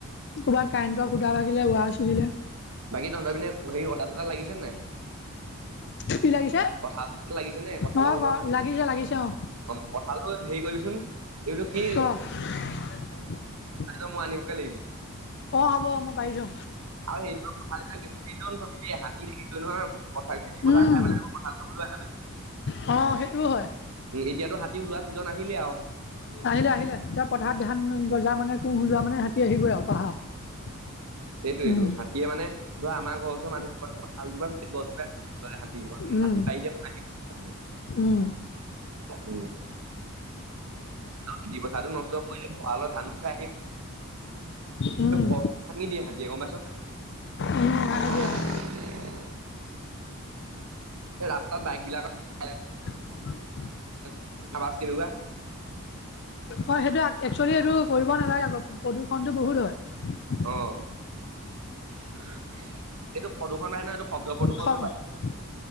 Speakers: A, on the left (about 50°); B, on the right (about 80°).
A: ক'ৰবাত কাৰেণ্টৰ খুটা ভাগিলে, ৱাৰ চিগিলে।
B: বাকী তহঁতৰ পিনে হেৰি কঠাল চথাল লাগিছে নে
A: কি লাগিছে
B: কঠাল লাগিছে নে কঠালৰ
A: অ
B: বতৰ
A: ক লাগিছে
B: ত
A: লাগিছে অ
B: কঠালটো হেৰি কৰিবিচোন এইটো কি?
A: ক <inaudible>
B: ত মই আনিবকে লাগিব।
A: অ হ'ব অ মই পাৰিছো।
B: আৰু সেইৰিৰ পথাৰবিলাক বেছি নাববি দেই হাতী থিল নহয় পথাৰ খেতি পথাৰ
A: উম
B: খাই প লাগিব পথাৰ চাব। <unintelligible> নাই
A: অ সেইটোও হয়
B: উ এতিয়াতো হাতী ওলোৱা ছিজন আহিলে আৰু
A: আহিলে আহিলে এতিয়া পথাৰত ধান গজা মানে কু লোৱা মানে হাতী আহিবই আৰু পাহাৰ পৰা
B: এইটো এইটো
A: উম
B: হাতীয়ে মানে ধৰা আমাৰ ঘৰওচৰ মানুহৰ গোটেই গছ উঘালি হাতীৰ
A: উম
B: হাতী পাৰ প <inaudible>
A: উম
B: উম খেতি পথটো নষ্ট কৰিলে ভৰালত ধানো খাই দিয়ে
A: উম
B: ঘৰ ভাঙি দিয়ে হাতীয়ে গম পায়েইচ নাই উ
A: উম
B: <unintelligible>
A: আহিবই আৰু
B: এই ৰাস্তাত বাইক বিলাকৰ
A: <inaudible>
B: ছ <unintelligible>
A: হয় সেইটো একচুৱেলি এইটো কৰিব নালাগে আ প্ৰদূৰ্ষণতটো বহুত হয়।
B: অ এইটো প্ৰদূষণ হয়ে ন এইটো শব্দ প্ৰদূষণ
A: শব্দ
B: হয় বায়ু